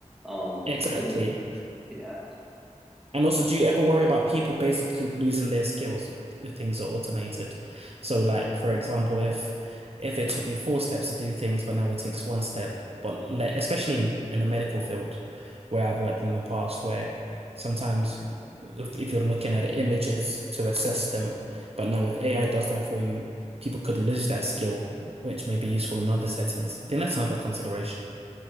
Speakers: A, in the centre; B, on the right.
A: Um,
B: Mm. exactly.
A: because it, yeah,
B: And also, do you ever worry about people basically losing their skills if things are automated? So, like for example, if if it took me four steps to do things, but now it takes one step, but le especially in, in the medical field where I've worked in the past, where sometimes if, if you're looking at images to assess them, but now if AI does them for you, people could lose that skill, which may be useful in other settings. I think that's another consideration.